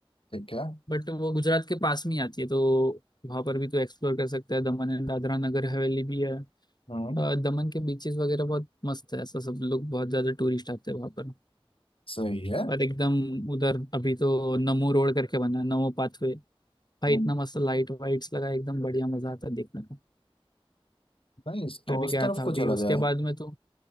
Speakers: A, on the left (about 65°); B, on the left (about 45°).
A: ठीक है
B: बट वो गुजरात के पास में ही आती है तो वहां पर भी तू एक्सप्लोर कर सकता है दमन एंड दादरा नगर हवेली भी है
A: हम्म
B: अ, दमन के बीचेस वगैरह बहुत मस्त है ऐसा सब लोग बहुत ज्यादा टूरिस्ट आते हैं वहां पर
A: सही है
B: और एकदम उधर अभी तो नमो रोड करके बना है नमो पाथवे भाई
A: हम्म
B: इतना मस्त लाइट वाइट्स लगा है, एकदम बढ़िया मजा आता है देखने का
A: nice, तो
B: मैं भी
A: उस
B: गया
A: तरफ
B: था
A: को
B: अभी
A: चला
B: उसके
A: जाए
B: बाद में तो